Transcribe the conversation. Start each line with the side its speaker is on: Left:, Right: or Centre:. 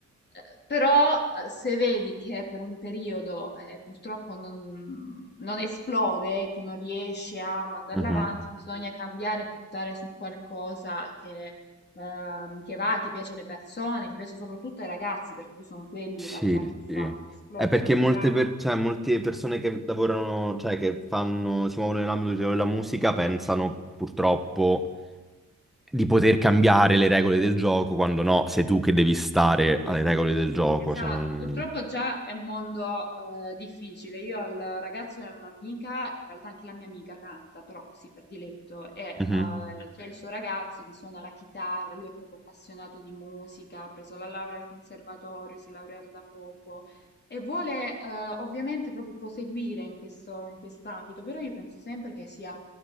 Left: eh, però eh, se vedi che per un periodo eh, purtroppo non, non esplode, ecco, non riesce a mandarla
Centre: Mhm.
Left: avanti, bisogna cambiare e puntare su un qualcosa che ehm, che va, che piace alle persone, che piace soprattutto ai ragazzi, perché poi sono quelli
Centre: Sì,
Left: in realtà che ti
Centre: sì.
Left: fanno esplodere
Centre: È perché
Left: un
Centre: molte,
Left: brano.
Centre: per- cioè, molte persone che lavorano, cioè che fanno, si muovono nell'ambito della musica pensano purtroppo di poter cambiare le regole del gioco, quando no, sei tu che devi stare alle regole del gioco.
Left: Esatto,
Centre: Cioè non...
Left: purtroppo già è un mondo eh, difficile. Io al ragazzo di un'amica, in realtà anche la mia amica canta, però così per diletto, e
Centre: Mhm,
Left: eh, c'è il suo ragazzo che suona la chitarra, lui è proprio appassionato di musica, ha preso la laurea al conservatorio, si è laureato da poco e vuole eh, ovviamente proprio proseguire in questo, in quest'ambito, però io penso sempre che sia